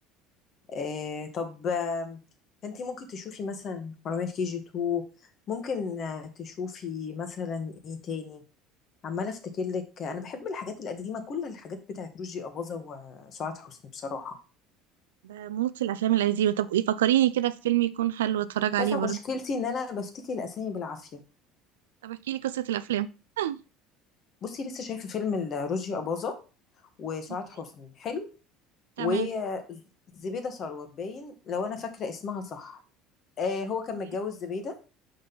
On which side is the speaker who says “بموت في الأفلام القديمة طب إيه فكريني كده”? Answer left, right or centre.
Right